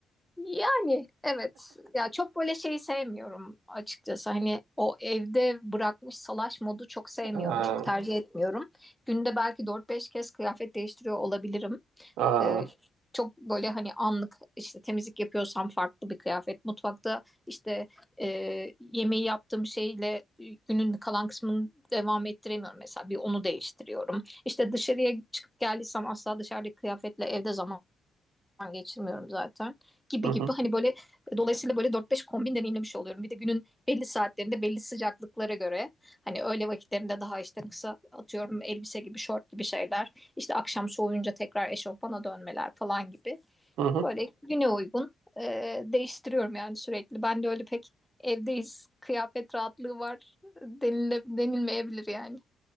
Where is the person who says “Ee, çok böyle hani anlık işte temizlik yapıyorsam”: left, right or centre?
Centre